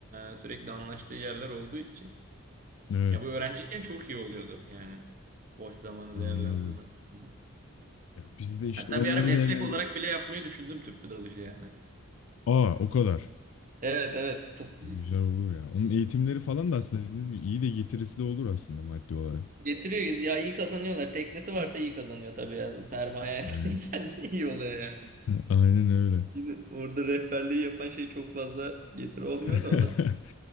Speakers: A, on the right; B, on the left.
A: e, sürekli anlaştığı yerler olduğu için.
B: Evet,
A: Ya bu öğrenciyken çok iyi oluyordu yani boş zamanı
B: anladım.
A: değerlendirme açısından.
B: Ya biz de işte
A: Hatta
B: onları
A: bir ara meslek
B: değerlendirip
A: olarak bile yapmayı düşündüm tüplü dalışı yani.
B: aa o kadar.
A: Evet evet çok
B: Güzel olur ya. Onun eğitimleri falan da aslında dediğiniz gibi iyi de getirisi de olur aslında maddi olarak.
A: getiriyor ya iyi kazanıyorlar. Teknesi varsa iyi kazanıyor tabii ya. Sermaye <laughs> sahipsen
B: Hı.
A: iyi oluyor yani.
B: <laughs> Aynen öyle.
A: Şimdi orada rehberliği yapan şey çok fazla getiri olmuyor
B: <laughs>
A: da ona.